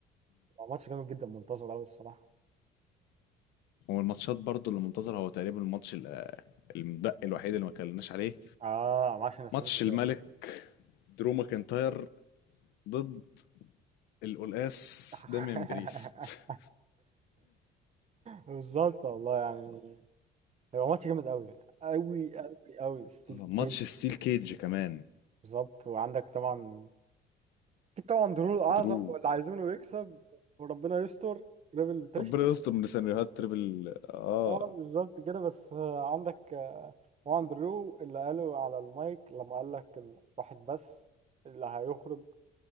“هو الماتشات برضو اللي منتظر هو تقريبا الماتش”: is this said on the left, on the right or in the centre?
Left